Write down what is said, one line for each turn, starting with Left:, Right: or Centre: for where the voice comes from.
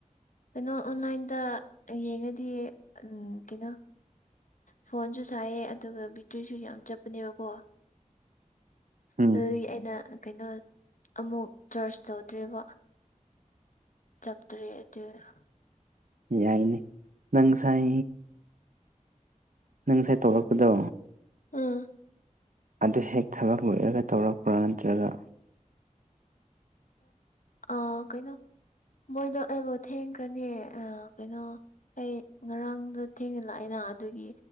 Left: ꯀꯩꯅꯣ ꯑꯣꯟꯂꯥꯏꯟꯗ ꯌꯦꯡꯉꯗꯤ ꯎꯝ ꯀꯩꯅꯣ ꯐꯣꯟꯁꯨ ꯁꯥꯏꯌꯦ ꯑꯗꯨꯒ ꯕꯦꯇ꯭ꯔꯤꯁꯨ ꯌꯥꯝ ꯆꯠꯄꯅꯦꯕ ꯑꯣ
Right: ꯎꯝ
Left: ꯑꯗꯨꯗꯒꯤ ꯑꯩꯅ ꯀꯩꯅꯣ ꯑꯃꯨꯛ ꯆꯔꯆ ꯇꯧꯗ꯭ꯔꯤꯕ ꯆꯞꯇ꯭ꯔꯦ ꯑꯗꯨꯏꯅ
Right: ꯌꯥꯏꯅꯦ ꯅꯪꯁꯥꯏ ꯅꯪ ꯉꯁꯥꯏ ꯇꯧꯔꯛꯄꯗꯣ
Left: ꯎꯝ
Right: ꯑꯗꯨ ꯍꯦꯛ ꯊꯕꯛ ꯂꯣꯏꯔꯒ ꯇꯧꯔꯛꯄ꯭ꯔꯥ ꯅꯠꯇ꯭ꯔꯒ
Left: ꯑꯣ ꯑ ꯀꯩꯅꯣ ꯃꯣꯏꯗꯣ ꯑꯩꯕꯨ ꯊꯦꯡꯈ꯭ꯔꯅꯦ ꯑ ꯀꯩꯅꯣ ꯑꯩ ꯉꯔꯥꯡꯗꯣ ꯊꯦꯡꯅ ꯂꯥꯛꯑꯦꯅ ꯑꯗꯨꯒꯤ